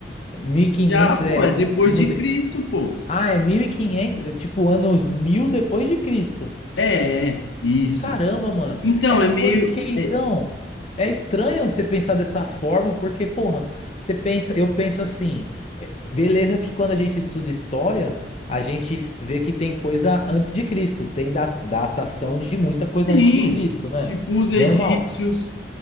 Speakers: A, on the left (about 35°); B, on the left (about 80°).
A: mil e quinhentos
B: Já, pô,
A: é
B: é
A: no,
B: depois
A: no,
B: de Cristo, pô.
A: Ah, é 1500, é tipo anos 1000 depois de Cristo.
B: É, é, isso.
A: Caramba, mano.
B: Então,
A: É
B: é meio.
A: porque então
B: é,
A: é estranho você pensar dessa forma, porque porra, você pensa, eu penso assim, é, beleza que quando a gente estuda história, a gente s- vê que tem coisa antes de Cristo, tem da- datação de muita coisa
B: sim,
A: antes de Cristo, né?
B: tipo os egípcios,
A: Normal.